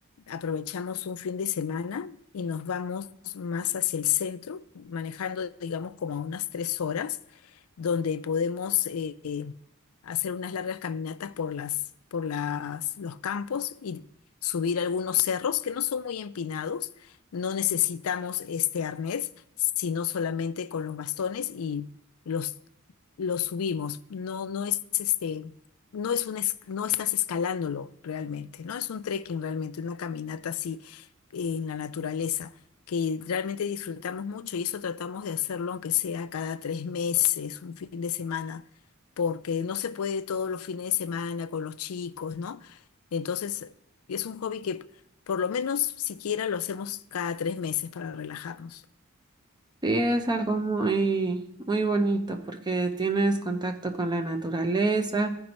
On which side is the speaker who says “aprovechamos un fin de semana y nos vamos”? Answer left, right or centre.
Left